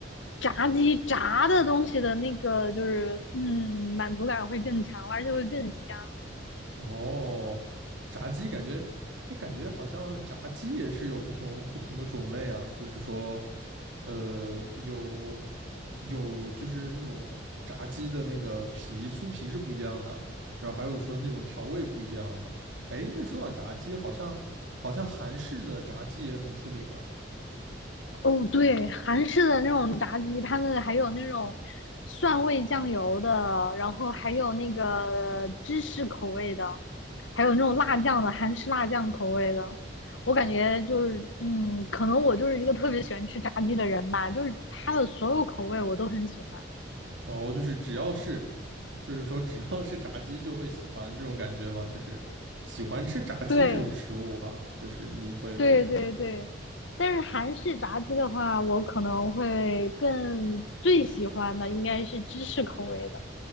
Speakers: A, on the left; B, on the right.
A: 炸鸡炸的东西的那个就是嗯满足感会更强，而且会更香。
B: 哦，炸鸡感觉，哎，感觉好像炸鸡也是有不同不同的种类啊，就是说，呃，有有就是那种炸鸡的那个皮酥皮是不一样的，然后还有说那种调味不一样的。哎，那说到炸鸡，好像好像韩式的炸鸡也很出名啊。
A: 哦，对，韩式的那种炸鸡，他们还有那种蒜味酱油的，然后还有那个芝士口味的，还有那种辣酱的，韩式辣酱口味的。我感觉就是，嗯，可能我就是一个特别喜欢吃炸鸡的人吧，就是它的所有口味我都很喜欢。
B: 哦，就是只要是就是说只要是炸鸡就会喜欢这种感觉吗？就是喜欢吃炸鸡这种食物哈，
A: 对，
B: 就是你会有一点
A: 对，对，对。但是韩式炸鸡的话，我可能会更最喜欢的应该是芝士口味的。